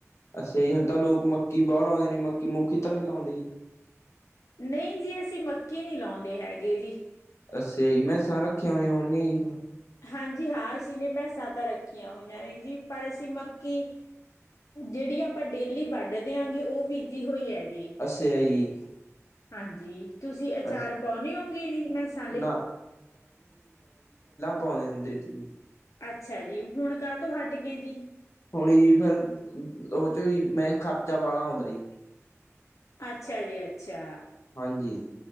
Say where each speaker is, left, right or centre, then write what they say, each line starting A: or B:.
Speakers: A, on the left (about 60°); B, on the left (about 80°).
A: ਅੱਛਾ ਜੀ ਹੁਣ ਤਾਂ ਲੋਕ ਮੱਕੀ ਬਹੁਤ ਲਾਦੇ ਨੇ ਮੱਕੀ ਮੁੱਖੀ ਤਾਂ ਨੀ ਲੋਦੇ ਜੀ।
B: ਨਹੀਂ ਜੀ ਅਸੀਂ ਮੱਕੀ ਨੀ ਲਾਉਦੇ ਹੈਗੇ ਜੀ।
A: ਅੱਛਿਆ ਜੀ ਮੈਂਸਾਂ ਰੱਖੀਆਂ ਹੋਈਆਂ ਹੋਣਗੀਆਂ ਜੀ ਫਿਰ।
B: ਹਾਂਜੀ ਹਾਂ ਅਸੀਂ ਨੇ ਮੈਸਾਂ ਤਾਂ ਰੱਖੀਆਂ ਹੋਈਆਂ ਨੇ ਜੀ ਪਰ ਅਸੀਂ ਮੱਕੀ ਜਿਹੜੀ ਆਪਾਂ ਡੇਲੀ ਵੱਢ ਦੇ ਆਂ ਗੇ ਉਹ ਵਿਧੀ ਹੋਈ ਹੈ। ਜੀ
A: ਅੱਛਿਆ ਜੀ।
B: ਹਾਂਜੀ ਤੁਸੀਂ ਅਚਾਰ
A: ਅੱਛਾ
B: ਪਾਉਨੇ ਉਗੇ ਹਾਂਜੀ ਜੀ ਮੈਸਾਂ ਲਈ।
A: ਨਾ ਪਾਉਂਣੇ ਹੁੰਦੇ ਜੀ।
B: ਅੱਛਾ ਜੀ ਹੁਣ ਕਾਹ ਤੋਂ ਹਟ ਗਏ ਜੀ।
A: ਹੁਣ ਜੀ ਫੇਰ ਉਹ ਚੋਂ ਹੀ ਮੈਂ ਖਰਚਾ ਵਾਲਾ ਆਉਂਦਾ ਜੀ।
B: ਅੱਛਾ ਜੀ ਅੱਛਾ,
A: ਹਾਂਜੀ।